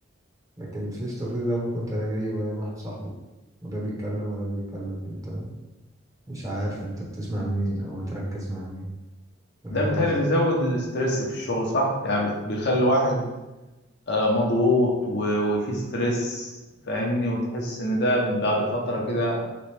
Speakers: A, on the right (about 15°); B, on the left (about 55°).
A: لكن فيس تو فيس ده ممكن تلاقي جاي وجايب واحد صاحبه وده بيتكلم وده بيتكلم انت مش عارف انت بتسمع مين او بتركز مع مين أنت
B: ده
A: فاهم
B: بالتالي
A: قصدي
B: بيزود الاسترس في الشغل صح يعني بت- بيخلي الواحد آه، مضغوط و- وفي ستريس فاهمني وتحس ان ده بعد فترة كده